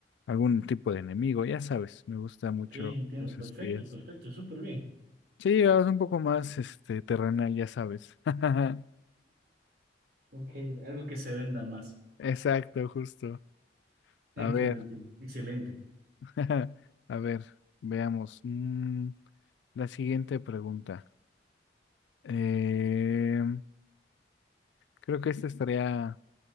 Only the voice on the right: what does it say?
Ok, entiendo,
perfecto,
perfecto, súper bien.
Ok, algo que se venda más.
Entiendo,
entiendo. Excelente.